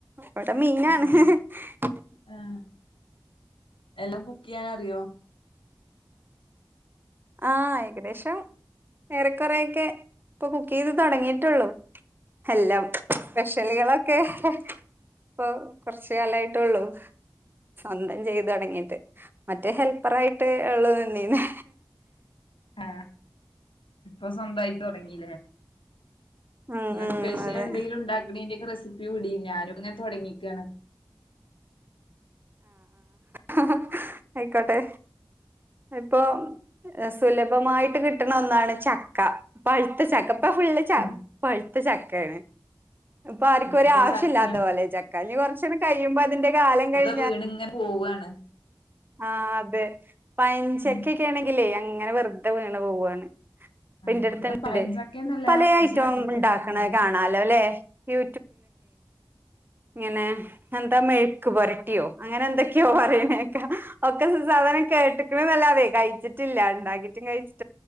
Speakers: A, on the right (about 25°); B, on the left (about 85°).
A: ഇവിടെ മീനാണ്
B: ആഹ്
A: ഹ് ഹ്
B: ആഹ് എല്ലാം കുക്ക് ചെയ്യാൻ അറിയോ
A: ആ ഏകദേശം ഏറെക്കൊറേയൊക്കെ ഇപ്പൊ കുക്ക് ചെയ്ത് തൊടങ്ങീട്ടൊള്ളു എല്ലാം സ്പെഷ്യളുകളൊക്കെ ഇപ്പൊ കൊറച്ച് കാലായിട്ടെ ഒള്ളൂ സ്വന്തം ചെയ്ത് തൊടങ്ങീട്ട് മറ്റേ ഹെൽപ്പറായിട്ട് ഉള്ളു നിന്നീന്നെ
B: ആ ഇപ്പൊ സ്വന്തായി തൊടങ്ങീല്ലേ
A: ഉം
B: ന്നാ
A: ഉം
B: സ്‌പെഷ്യലെന്തെങ്കിലും
A: അതെ
B: ണ്ടാക്കണേന്റൊക്കെ റെസ് <unintelligible> വിടി ഞാനും ങ്ങനെ തൊടങ്ങീക്കാണ്
A: ഹ് ഹ് അയ്ക്കോട്ടെ ആ ഇപ്പോം ഏ സുലഭമായിട്ട് കിട്ടണ ഒന്നാണ് ചക്ക പഴുത്ത ചക്ക ഇപ്പൊ ഫുള്ള് ച
B: ഉം
A: പഴു ത്ത ചക്കയാണ് ഇപ്പൊ ആർക്കും ഒരാവശ്യം
B: ഇപ്പൊ ചക്കയാണ്
A: ഇല്ലാത്തപോലെ ചക്ക ഇനി കൊറച്ചൂടെ കഴയുമ്പോ അതിന്റെ കാലം കഴി
B: വീണ്ങ്ങനെ പോവാണ്
A: ആ അതെ പയഞ്ചക്കക്കെ
B: ഉം
A: ആണെങ്കില് ങ്ങനെ വെർതെ വീണ് പോവാണ് പ്പ
B: ആഹ്
A: ഇന്റെട്ത്ത്ണ്ട്
B: ഇവിടെ പഴഞ്ചക്കയൊന്നുല്ല
A: പലേ
B: പക്ഷെ
A: അയ്റ്റോം
B: വരിക്കച്ചക്കയാണ്
A: ഇണ്ടാക്ക്ണെ കാണാലോ ലെ ഏ ങ്ങനെ എന്താ മെഴുക്കുപുരട്ടി അങ്ങനെ എന്തൊക്കെയോ പറയണെ കേക്ക ഒക്കെ സ് സാധനം കേട്ട്ക്ക്ണ് ന്നല്ലാതെ കയിച്ചിട്ടില്ല <unintelligible>